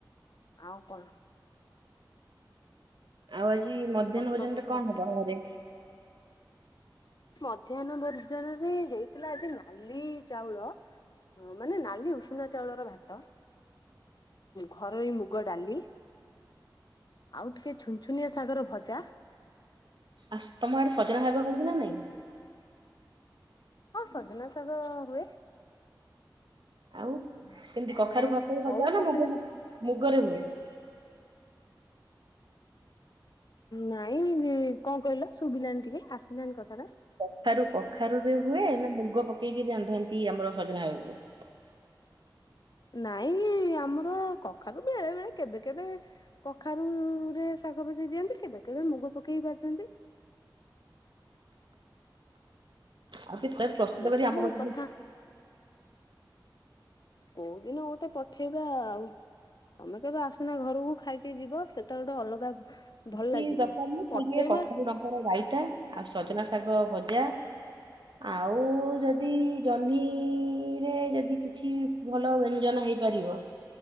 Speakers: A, on the left; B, on the right.
A: ଆଉ କଣ?
B: ଆଉ ଆଜି ମଧ୍ୟାହ୍ନ
A: ଆଉ
B: ଭୋଜନରେ
A: ସବୁ ଭଲ
B: କଣ ହବ ଘରେ?
A: ମଧ୍ୟାହ୍ନ ଭୋଜନରେ ହେଇଥିଲା ଆଜି ନାଲି ଚାଉଳ ମାନେ ନାଲି ଉଷୁନା ଚାଉଳର ଭାତ। ଘରୋଇ ମୁଗ ଡାଲି ଆଉ ଟିକେ ଛୁନ-ଛୁନ ଚୁନିଆ ସାଗର ଭଜା।
B: ଆସ୍ ତମ ଆଡେ ସଜନା ଶାଗ ହଉଛି ନା ନାଇଁ?
A: ହଁ ସଜନା ଶାଗ ହୁଏ।
B: ଆଉ କେମିତି କଖାରୁ
A: ଓହୋ
B: ପକେଇ
A: ହଉ
B: ଭଜାଅ ନା
A: ତାହେଲେ
B: ମୁଗ ମୁଗରେ ହୁଏ?
A: ନାଇଁ ସେ କଣ କହିଲ ଶୁଭିଲାନି ଟିକେ ଆସିଲାନି କଥାଟା?
B: କଖାରୁ-କଖାରୁ ରେ ହୁଏ ନା ମୁଗ ପକେଇକି ରାନ୍ଧନ୍ତି ଆମର ସଜନା ଶାଗକୁ?
A: ନାଇଁ ଆମର କଖାରୁ ବେଳେ-ବେଳେ କେବେ-କେବେ କଖାରୁ ରେ ଶାଗ ଭାଜି ଦିଅନ୍ତି କେବେ କେବେ ମୁଗ ପକେଇ ଭାଜନ୍ତି।
B: ଆଉ <unintelligible> ପ୍ରସ୍ତୁତ
A: ଏଇ
B: କରି
A: ସବୁ
B: ଆମ <inaudible>
A: କଥା କୋଉ ଦିନ ଗୋଟେ ପଠେଇବା ଆଉ। ତମେ କେବେ ଆସୁନା ଘରକୁ ଖାଇକି ଯିବ ସେଟା ଗୋଟେ ଅଲଗା
B: କିଛି
A: ଭଲ ଲାଗିବ
B: ଦରକାର ନୁହଁ ଖାଲି
A: ପଠେଇବା
B: ଟିକେ କଖାରୁ ଡଙ୍କର ରାଇତା ଆଉ ସଜନା ଶାଗ ଭଜା। ଆଉ ଯଦି ଜହ୍ନିରେ ଯଦି କିଛି ଭଲ ବ୍ୟଞ୍ଜନ ହେଇପାରିବ।